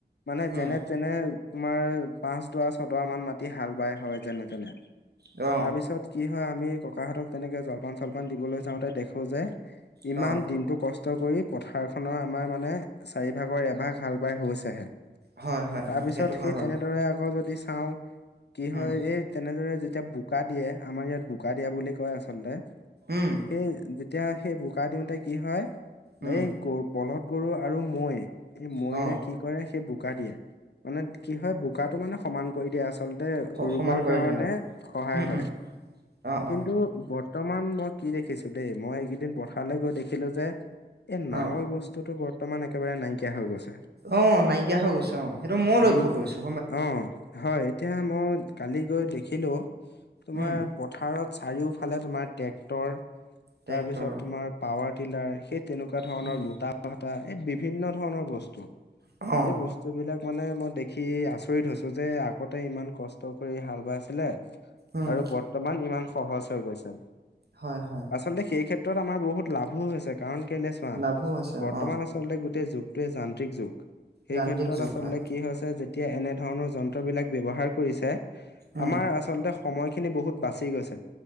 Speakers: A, on the left (about 70°); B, on the right (about 65°).
A: মানে
B: উম
A: যেনে তেনে তোমাৰ পাঁচ দহ ছ দহ মান মাটি হাল বাই হয় যেনে তেনে।
B: অ
A: তাৰপিছত কি হয়। আমি ককাহঁতক তেনেকে জলপান-চলপান দিবলৈ যাওঁতে দেখো যে, ইমান
B: অ
A: দিনটো কষ্ট কষ্ট কৰি পথাৰখনৰ আমাৰ মানে চাৰিভাগৰ এভাগ হাল বাই হৈছেহে।
B: হয় হয়
A: তাৰ
B: হয়
A: পিছত
B: সেইটো
A: সেই
B: হয় বাৰু।
A: তেনেদৰে আকৌ যদি চাও কি
B: উম
A: হয় এই তেনেদৰে যেতিয়া বোকা দিয়ে। আমাৰ ইয়াত বোকা দিয়া বুলি কয় আচলতে,
B: উম
A: সেই যেতিয়া সেই বোকা দিওঁতে কি হয়
B: উম
A: এই গৰু বলধ গৰু আৰু মৈ এই মৈৰে
B: অ
A: কি কৰে সেই বোকা দিয়ে। মানে কি হয় বোকাটো মানে সমান কৰি দিয়া আছ আচলতে ৰুবৰ
B: সমান কৰি
A: কাৰণে
B: দিয়া
A: সহায়
B: উম
A: হয়
B: উম অ
A: কিন্তু
B: অ
A: বৰ্তমান মই কি দেখিছো দেই মই এইকেইদিন পথাৰলৈ গৈ দেখিলো যে এই নাঙল
B: অ
A: বস্তুতটো বৰ <unintelligible> একেবাৰে নাইকিয়া হৈ গৈছে।
B: অ, নাইকিয়া হৈ গৈছে অ, সেইটো মইও
A: আম
B: লক্ষ্য কৰিছোঁ।
A: অ, হয়, এতিয়া মই কালি গৈ দেখিলো তোমাৰ
B: উম
A: পথাৰত চাৰিওফালে তোমাৰ ট্ৰেক্টৰ,
B: ট্ৰেক্টৰ
A: তাৰপিছত তোমাৰ পাৱাৰটিলাৰ সেই তেনেকুৱা ধৰণৰ
B: উম,
A: লোটা ভটা এই বিভিন্ন ধৰণৰ বস্তু,
B: অ',
A: এই বস্তু বিলাক মানে মই দেখি আচৰিত হৈছো যে আগতে ইমান কষ্ট কৰি হাল বাইছিলে
B: উম,
A: আৰু বৰ্তমান ইমান সহজ হৈ গৈছে
B: হয়, হয়,
A: আচলতে সেই ক্ষেত্ৰ ত আমাৰ বহুত লাভো হৈছে, কাৰণ কেলৈ চোৱা
B: লাভো হৈছে
A: বৰ্তমান
B: অ',
A: আচলতে গোটেই যুগটোৱে যান্ত্ৰিক যুগ সেই
B: যান্ত্ৰিক
A: ক্ষেত্ৰত
B: যুগ
A: আচল্ততে
B: হয়,
A: কি হৈছে যেতিয়া এনে ধৰণৰ যন্ত্ৰবলাক ব্যৱহাৰ কৰিছে
B: উম,
A: আমাৰ আচলতে সময়খিনি বহুত বাচি গৈছে।